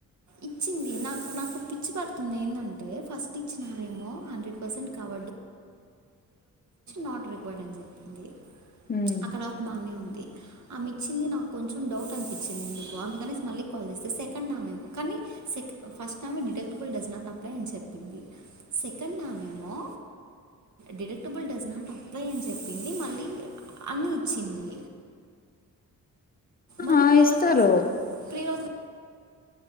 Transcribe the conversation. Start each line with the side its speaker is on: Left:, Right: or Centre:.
Right: ఇచ్చింది నా నాకు పిచ్చి పడుతుంది ఏంటంటే ఫస్ట్ ఇచ్చినామేమో హండ్రెడ్ పర్సెంట్ కావ నాట్ రిక్వర్డ్ అని చెప్పింది
Left: మ్మ్
Right: అక్కడ వరకు బానే ఉంది ఆమె ఇచ్చింది నాకు కొంచెం డౌట్ అనిపించింది ఎందుకు అందుకనే మళ్ళీ కాల్ చేస్తే సెకండ్ ఆమే కానీ సెక ఫస్ట్ ఆమె డిటెక్టబుల్ డజ్ నాట్ అప్లై అని చెప్పింది సెకండ్ ఆమేమో డిటెక్టబుల్ డస్నాట్ అప్లై అని చెప్పింది మళ్ళీ అన్ని ఇచ్చింది మళ్ళీ
Left: ఆ
Right: ప్రీ
Left: ఇస్తారు
Right: ఆథరైజ్ ప్రీ ఆథరైజ్